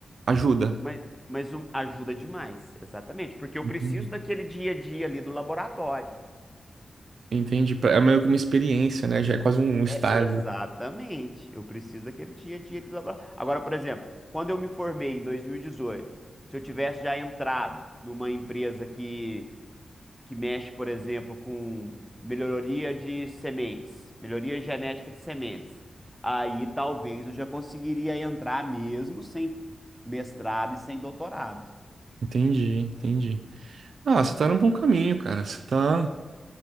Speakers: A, on the right; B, in the centre.
A: Ajuda.
B: mas, mas um- ajuda demais. Exatamente. Porque eu
A: Entendi.
B: preciso daquele dia a dia ali do laboratório.
A: Entendi. Pra- É meio que uma experiência, né? Já é quase um estágio.
B: É, exatamente. Eu preciso daquele dia a dia ali do laboratório. Agora, por exemplo, quando eu me formei em 2018, se eu tivesse já entrado numa empresa que, que mexe, por exemplo, com melhoria de sementes, melhoria genética de sementes, aí talvez eu já conseguiria entrar mesmo sem mestrado e sem doutorado.
A: Entendi, entendi. Ah, você tá num bom caminho, cara. Você tá.